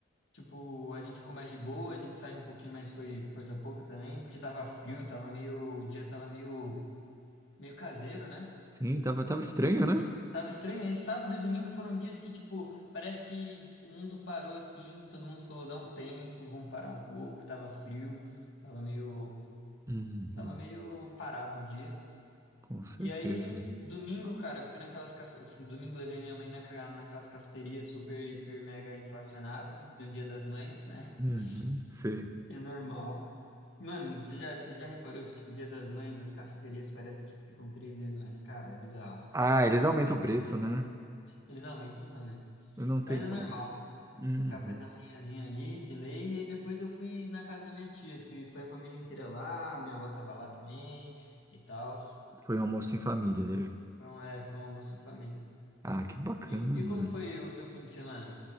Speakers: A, on the left; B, on the right.
A: Tipo, a gente ficou mais de boa, a gente saiu um pouquinho, mas foi coisa pouca também, porque tava frio, tava meio, o dia tava meio, meio caseiro, né?
B: Sim, tava, tava estranho,
A: Hum,
B: né?
A: Tava estranho. Aí sábado e domingo foram dias que, tipo, parece que o mundo parou assim, todo mundo falou, dá um tempo, vamos parar um pouco, tava frio, tava meio,
B: Uhum,
A: tava meio parado o dia.
B: com certeza.
A: E aí, domingo, cara, eu fui naquelas cafe... eu fui- domingo levei minha mãe naquela, naquelas cafeterias super, hiper, mega inflacionadas do Dia das Mães, né?
B: Uhum, sei.
A: <laughs> É normal. Mano, você já, você já reparou que, tipo, Dia das Mães, as cafeterias parece que ficam três vezes mais cara? É bizarro.
B: Ah, eles aumentam o preço, né?
A: Eles aumentam, eles aumentam.
B: Eu não tenho
A: Mas é normal.
B: como. Uhum.
A: Café da manhãzinho ali, de lei, e aí depois eu fui na casa da minha tia, que foi a família inteira lá, minha avó tava lá também e tal.
B: Foi um almoço em família. né?
A: Foi um, é, foi um almoço em família.
B: Ah, que bacana,
A: E, e como foi o seu fim de semana?